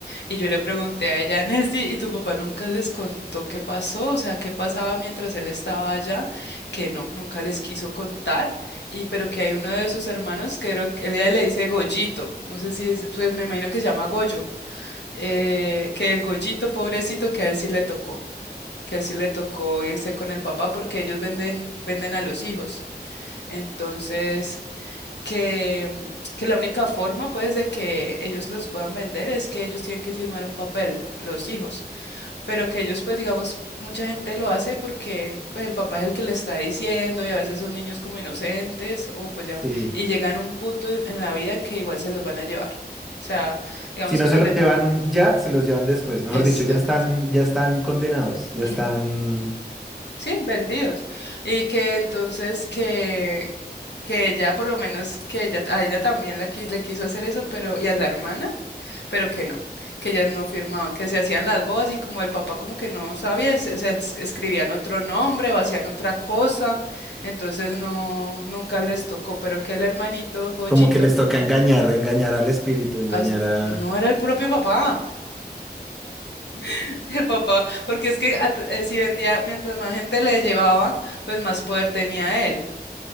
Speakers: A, on the left; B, in the centre.
A: Y yo le pregunté a ella, <laughs> Nancy, ¿y tu papá nunca les contó qué pasó? O sea, ¿qué pasaba mientras él estaba allá? Que no, nunca les quiso contar. Y pero que hay uno de sus hermanos, que creo que él ella le dice Goyito, no sé si es- pues me imagino que se llama Goyo, eh, que el Goyito pobrecito que a él sí le tocó. que a él sí le tocó irse con el papá porque ellos venden, venden a los hijos. Entonces, que, que la única forma, pues, de que ellos los puedan vender es que ellos tienen que firmar un papel, los hijos, pero que ellos, pues, digamos, mucha gente lo hace porque, pues, el papá es el que le está diciendo y a veces son niños como inocentes o, pues, ya,
B: Sí.
A: y llegan a un punto en la vida que igual se los van a llevar. O sea, digamos
B: Si no
A: que
B: se
A: los
B: los
A: dejan.
B: llevan ya, se los llevan después. Mejor
A: Exacto.
B: dicho, ya están, ya están condenados, ya
A: Ujú.
B: están
A: Sí, vendidos. Y que entonces que, que ella, por lo menos, que ella, a ella también la, qui- le quiso hacer eso, pero, y a la hermana pero que no, que ellas no firmaban, que se hacían las bodas y como el papá como que no sabía, se, se es- escribían otro nombre o hacían otra cosa, entonces no, nunca les tocó, pero que el hermanito Goyito
B: como que les toca engañar, engañar al espíritu, engañar
A: as-
B: a
A: no era el propio papá, <laughs> el papá, porque es que at- eh, si vendía, mientras más gente le llevaba, pues más poder tenía él.